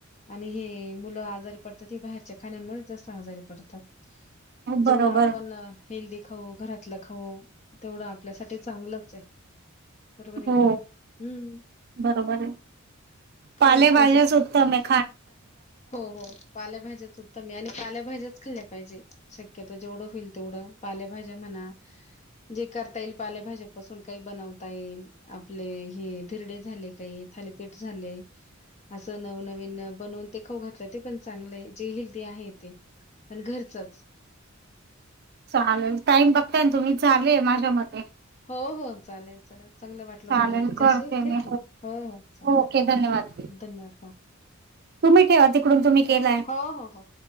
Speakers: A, on the left (about 35°); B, on the right (about 50°).
A: आणि हे मुलं आजारी पडतात हे बाहेरच्या खाण्यामुळेच जास्त आजारी पडतात. जेवढं
B: बरोबर
A: आपण हेल्दी खाऊ घरातलं खाऊ तेवढं आपल्यासाठी चांगलंच आहे. बरोबर आहे
B: हो
A: की नाही हम्म
B: बरोबर आहे
A: खाल्लंच
B: पालेभाज्याच
A: पाहिजे.
B: उत्तम आहेत.
A: हो हो पाल्याभाज्याच उत्तम आहे आणि पालेभाज्याच खाल्ल्या पाहिजे शक्यतो जेवढ होईल तेवढ पालेभाज्या म्हणा जे करता येईल पालेभाज्या पासून काही बनता येईल आपले हे धिरडे झाले काही थालीपीठ झाली अस नवनवी न बनवून ते खाऊ घातलं. ते पण चांगलं आहे जे हेल्दी आहे ते पण घरचच.
B: चालेल टाईम बघताय ना तुम्ही झाले माझ्या मते.
A: हो हो चालेल चालेल. चांगलं वाटलं
B: चालेल
A: बोलून तुमच्याशी
B: करते मी
A: ठीक आहे, हो हो चालेल
B: ओके धन्यवाद
A: धन्यवाद हो.
B: तुम्ही ठेवा तिकडून तुम्ही केलाय.
A: हो, हो, हो.